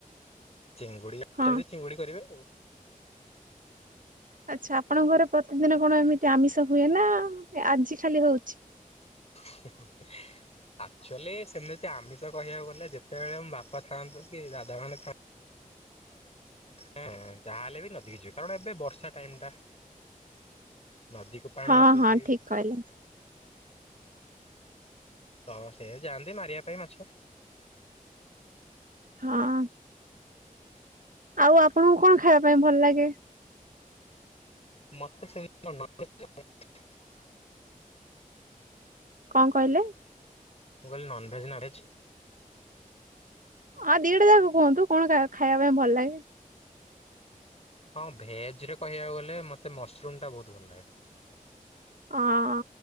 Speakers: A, on the left; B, on the right.
A: ଚିଙ୍ଗୁଡି ଆଛନ୍ତି
B: ହଁ
A: ଚିଙ୍ଗୁଡି କରିବେ
B: ଆଚ୍ଛା ଆପଣଙ୍କ ଘରେ ପ୍ରତିଦିନ କଣ ଏମିତି ଆମିଷ ହୁଏ ନା ଆଜି ଖାଲି ହଉଛି?
A: ହୁଁ ହୁଁ ହେଁ। ଆକ୍ଚୁଆଲି ସେମିତି ଆମିଷ କହିବାକୁ ଗଲେ ଯେତେବେଳେ ମୋ ବାପା ଥାଆନ୍ତୁ କି ଦାଦା ମାନେ ଥା ହେଁ ଯାହାହେଲେ ବି ନଦୀ ହେଇ ଯିବ କାରଣ ଏବେ ବର୍ଷା ଟାଇମ ଟା ନଦୀକୁ ପାଣି
B: ହଁ
A: ଆସୁଚି।
B: ହଁ ଠିକ କହିଲେ
A: ତ ସେ ଯାଆନ୍ତି ମାରିବା ପାଇଁ ମାଛ।
B: ହଁ। ଆଉ ଆପଣଙ୍କୁ କଣ ଖାଇବା ପାଇଁ ଭଲ ଲାଗେ?
A: ମତେ <unintelligible>
B: କଣ କହିଲେ?
A: ମୁଁ କିଇଲି ନନ୍ ଭେଜ ନା ଭେଜ?
B: ଆଉ ଦିଟା ଯାକ କୁହନ୍ତୁ କଣ ଖା-ଖାଇବା ପାଇଁ ଭଲ ଲାଗେ?
A: ହଁ ଭେଜ୍ ରେ କହିବାକୁ ଗଲେ ମୋତେ ମସରୁମ୍ ଟା ବହୁତ ଭଲ ଲାଗେ।
B: ହଁ